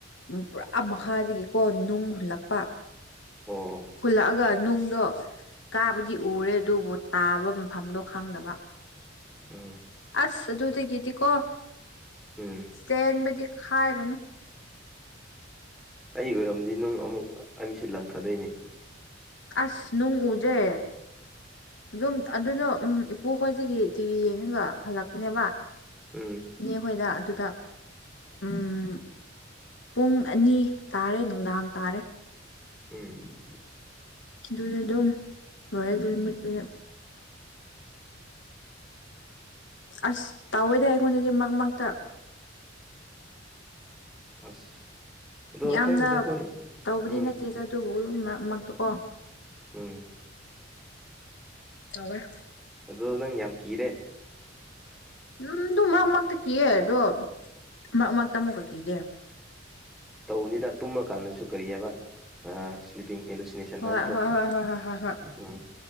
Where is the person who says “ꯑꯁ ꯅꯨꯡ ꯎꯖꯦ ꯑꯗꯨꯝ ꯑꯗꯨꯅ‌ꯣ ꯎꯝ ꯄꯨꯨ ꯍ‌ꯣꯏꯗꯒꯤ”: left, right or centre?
Left